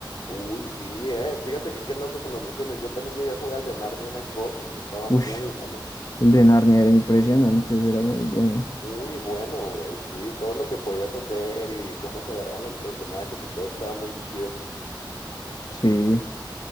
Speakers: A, on the left (about 65°); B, on the left (about 50°).
A: Uy, sí, eh. Fíjate que qué loco que lo menciones. Yo también llegué a jugar el de Narnia en Xbox y sí estaba
B: Ush,
A: muy bueno.
B: el de Narnia era impresionante, ese era muy bueno.
A: Muy bueno, güey. Sí, todo lo que podías hacer y cómo se agarraban los personajes y todo estaba muy chido.
B: Sí,